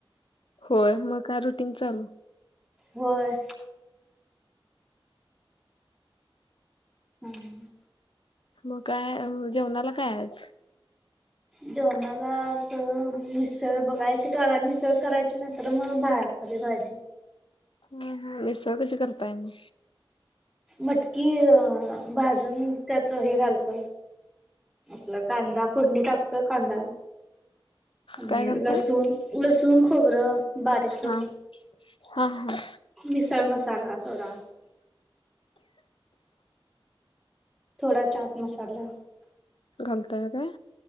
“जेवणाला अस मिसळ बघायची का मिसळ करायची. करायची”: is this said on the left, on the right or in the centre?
Centre